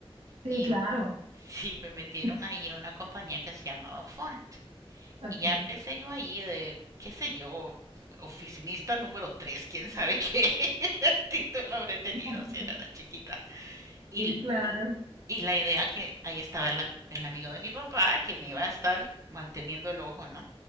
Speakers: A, on the right (about 65°); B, on the right (about 30°).
A: Sí,
B: Y
A: claro.
B: <laughs> sí, me metieron
A: <laughs>
B: ahí a una compañía que se llamaba Font.
A: Ok.
B: Y ya empecé yo ahí de, qué sé yo, oficinista número tres quién sabe qué <laughs> título habré tenido
A: <laughs>
B: si era una chiquita. Y,
A: Sí, claro.
B: y, y la idea que ahí estaba el, am- el amigo de mi papá que me iba a estar manteniendo el ojo, ¿no?